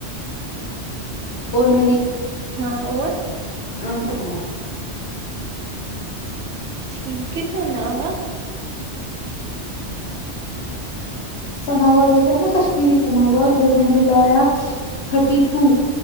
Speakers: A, on the left; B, on the right.
A: اور میں نے
B: ہاں اور
A: ہاں بلایا
B: ٹھیک کتنے میں آیا
A: سماور ہو ہے نا کشمیری سماور وہ میں نے لایا تھرٹی ٹو